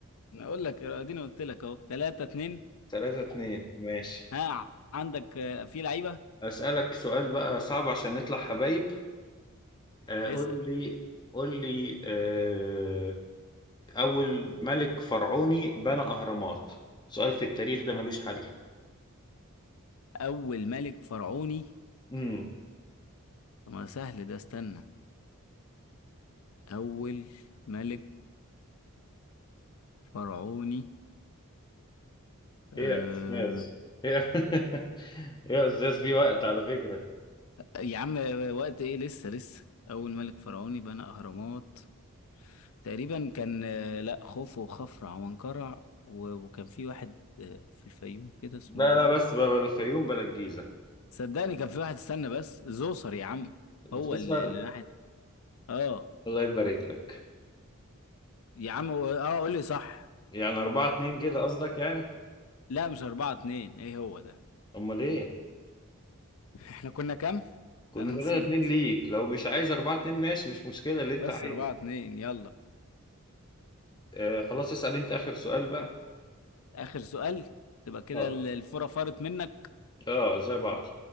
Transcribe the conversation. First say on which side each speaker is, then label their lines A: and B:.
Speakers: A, on the left (about 70°); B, on the left (about 20°).
A: انا اقول لك إيران، اديني قلت لك اهو ثلاثة اتنين
B: تلاتة اتنين ماشي
A: ها عندك آه، في لعيبه
B: أسألك سؤال بقى صعب عشان نطلع حبايب آه،
A: اسأل
B: قول لي قول لي آه، أول ملك فرعوني بنى أهرامات سؤال في التاريخ ده ملوش حل
A: أول ملك فرعوني
B: امم
A: طب ما سهل ده استنى أول ملك فرعوني أه...
B: ايه يا استاذ ايه <laughs> ايه يا استاذ في وقت على فكرة
A: يا عم وقت إيه لسه لسه أول ملك فرعوني بنى أهرامات تقريبا كان آه، لا خوفو وخفرع وانقرع و- وكان في واحد آه، في الفيوم كده اسمه
B: لا لا بس بقى، بلا الفيوم بلا الجيزة
A: صدقني كان في واحد استنى بس زوسر يا عم هو
B: زفر
A: اللي اللي ناحية اه
B: الله يبارك لك
A: يا عم هو- اه قول لي صح
B: يعني أربعة اتنين كده قصدك يعني
A: لا مش أربعة اتنين ايه هو ده
B: أمال إيه
A: احنا كنا كام؟
B: كنا
A: انا نسيت
B: تلاتة اتنين ليك لو مش عايز أربعة اتنين ماشي مش مشكلة اللي أنت
A: بس
B: عايزه
A: أربعة اتنين يلا
B: آه خلاص اسأل أنت آخر سؤال بقى
A: آخر سؤال تبقى كده
B: اه
A: ال- الفرة فرت منك
B: اه زي بعض